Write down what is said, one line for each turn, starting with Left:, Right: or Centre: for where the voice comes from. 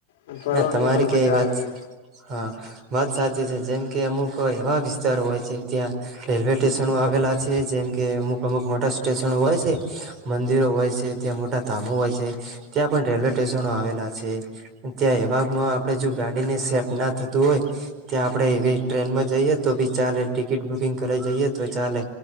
Left: અને ફરવાની
Right: ના તમારી
Left: પણ
Right: ક
Left: મજા
Right: વાત
Left: આવે એમ
Right: હા વાત સાચ છે જેમકે અમુક એવા વિસ્તારો હોય છે જ્યાં રેલવે સ્ટેશનો આવેલા છે જેમકે અમુક અમુક મોટા સ્ટેશનો હોય છે મંદિરો હોય છે ત્યાં મોટા ધામો હોય છે ત્યાં પણ રેલવે સ્ટેશનો આવેલા ત્યાં એવા આપણે જો ગાડીને સેફ ના થતું હોય ત્યાં આપણે એ ટ્રેનમાં જઈએ તો બી ચાલે ટિકિટ બુકિંગ કરી જઈએ તો ચાલે